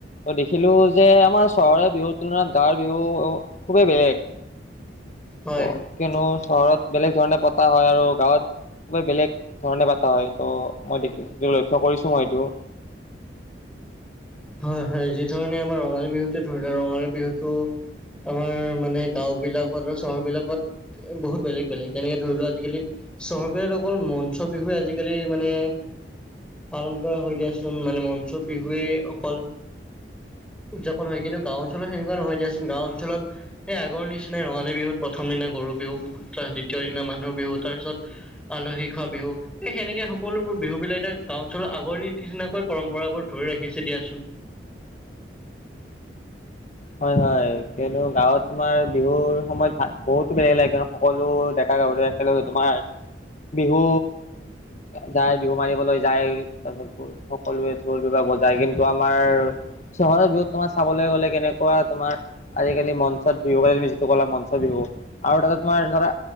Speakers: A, on the left; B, in the centre.
A: ত' দেখিলোঁ যে আমাৰ চহৰে বিহুৰ তুলনাত গাঁৱৰ বিহু খুবেই বেলেগ।
B: হয়
A: ত' কিয়নো চহৰত বেলেগ ধৰণে পতা হয় আৰু গাঁৱত ক'বাত বেলেগ ধৰণে পতা হয় ত' মই দেখ লক্ষ্য কৰিছোঁ মই সেইটো।
B: হয় হয়, যি ধৰণে আমাৰ ৰঙালী বিহুতে ধৰিলে ৰঙালী বিহুটো আমাৰ মানে গাঁওবিলাকত আৰু চহৰবিলাকত বহুত বেলেগ বেলেগ যেনেকে ধৰি লোৱা আজিকালি চহৰবিলাকত অকল মঞ্চ বিহুৱে আজিকালি মানে পালন কৰা হয় দিয়াচোন মানে মঞ্চ বিহুৱে অকল উদযাপন হয় কিন্তু গাঁও অঞ্চলত সনেকুৱা নহয় দিয়াচোন গাঁও অঞ্চত এই আগৰ নিচিনা ৰঙালী বিহুত প্ৰথম দিনা গৰু বিহু তাৰ দ্বিতীয় দিনা মানুহ বিহু তাৰপিছত আলহী খোৱা বিহু। তে সেনেকে সকলোবোৰ বিহু বিলাক গাওঁ অঞ্চলৰ আগৰ নিচিনাকৈ পৰম্পৰাবোৰ ধৰি ৰাখিছে দিয়া <inaudible>
A: হয় হয় কিন্তু গাঁৱত তোমাৰ বিহুৰ সময়ত ভাল বহুতো বেলেগ লাগে, সকলো ডেকা গাভৰুৱে একলগে তোমাৰ বিহু যায়, বিহু মাৰিবলৈ যায় তাৰপিছত <unintelligible> সকলোৱে ঢোল বিবাৰ বজাই কিন্তু আমাৰ চহৰ বিহুত তোমাৰ চাবলৈ গ'লে কেনেকা কোৱা তোমাৰ আজিকালি মঞ্চত বিহু <unintelligible> তুমি যিটো ক'লা মঞ্চত বিহু আৰু তাতে তোমাৰ ধৰা